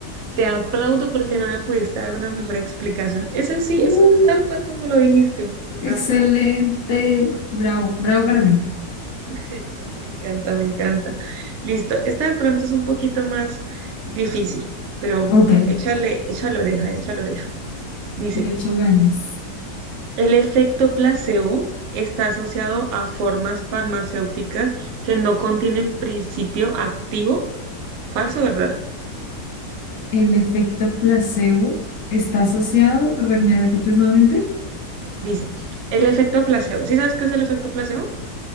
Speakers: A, on the right (about 80°); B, on the left (about 60°).
A: Te aplaudo porque no me pudiste dar una mejor explicación. Ese sí,
B: Mm,
A: es tal cual como lo dijiste. Un
B: excelente.
A: aplauso.
B: Bravo,
A: Me encanta.
B: bravo para mí.
A: <laughs> Me encanta, me encanta. Listo. Esta de pronto es un poquito más difícil, pero
B: Ok,
A: échale, échale oreja, échale oreja. Dice,
B: le echo ganas.
A: el efecto placebo está asociado a formas farmacéuticas que no contienen principio activo, falso o verdadero.
B: El efecto placebo está asociado, re- ¿me repites nuevamente?
A: Dice, el efecto placebo. ¿Sí sabes qué es el efecto placebo?